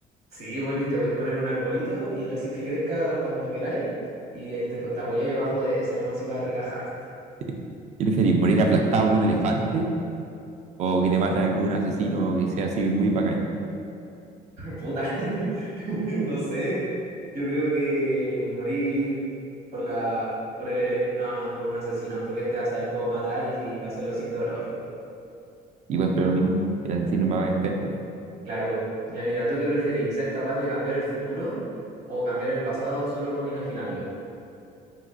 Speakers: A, on the right; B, on the right.
A: Sí, bueno, y te voy a poner un arbolito y le así que crezca cuando queráis y ahí te, te apoyáis abajo de ese nomás y para relajarte.
B: Sí. ¿Y preferís morir aplastado por un elefante o que te mate algún asesino que sea así muy bacán?
A: Puta, <laughs> no sé. Yo creo que morir por la, por el elef- no, no, por un asesino, porque te vas a saber cómo matar y si va a hacerlo sin dolor.
B: Igual, pero lo mismo, el asesino más experto.
A: Claro. Ya mira, ¿tú qué preferís? ¿Ser capaz de cambiar el futuro o cambiar el pasado solo con imaginarlo?